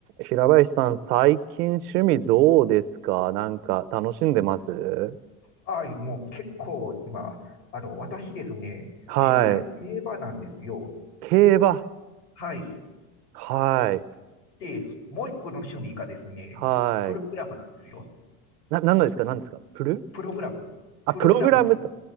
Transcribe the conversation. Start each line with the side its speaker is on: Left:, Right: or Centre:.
Right: 平林さん、最近趣味どうですかなんか楽しんでます
Left: はい、もう結構今、あの、私ですね、
Right: はい。
Left: 趣味が競馬なんですよ。
Right: 競馬。
Left: はい。
Right: はい。
Left: で、もう一個の趣味がですね、
Right: はい。
Left: プログラムなんですよ。
Right: な、何のですか何ですかプル
Left: プログラム。
Right: あ、
Left: プログラムを作る
Right: プログラムと。